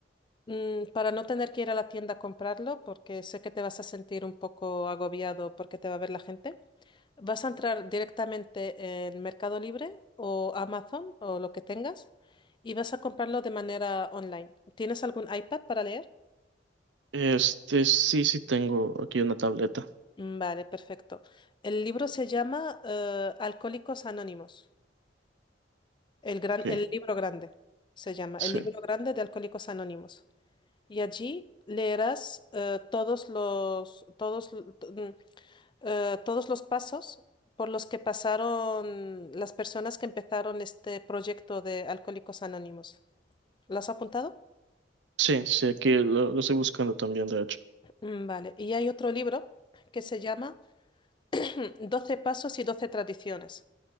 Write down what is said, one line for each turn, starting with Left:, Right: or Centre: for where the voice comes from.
Left: Mm, para no tener que ir a la tienda a comprarlo, porque sé que te vas a sentir un poco agobiado porque te va a ver la gente, vas a entrar directamente en Mercado Libre o Amazon o lo que tengas y vas a comprarlo de manera online. ¿Tienes algún iPad para leer?
Right: Este, sí, sí tengo aquí una tableta.
Left: Mm, Vale, perfecto. El libro se llama eh, Alcohólicos Anónimos. El gran,
Right: Ok,
Left: el libro grande se llama,
Right: sí.
Left: el libro grande de Alcohólicos Anónimos. Y allí leerás eh, todos los, todos, mm, eh, todos los pasos por los que pasaron las personas que empezaron este proyecto de Alcohólicos Anónimos. ¿Lo has apuntado?
Right: Sí, sí, aquí lo, lo estoy buscando también, de hecho.
Left: Mm, Vale. Y hay otro libro que se llama mm, Doce pasos y Doce tradiciones.